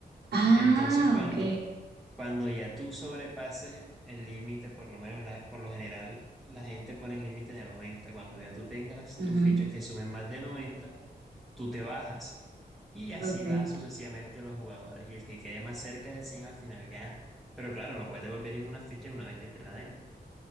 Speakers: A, on the right (about 75°); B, in the centre.
A: Ah,
B: Entonces, cuando
A: ok.
B: Cuando ya tú sobrepases el límite, por lo menos la- por lo general, la gente pone el límite de 90. Cuando ya tú tengas
A: Ujú.
B: tus fichas que sumen más de 90, tú te bajas. Y así
A: Ok.
B: van sucesivamente los jugadores. Y el que quede más cerca de 100 al final gana. Pero claro, no puedes devolver ninguna ficha una vez que te la den.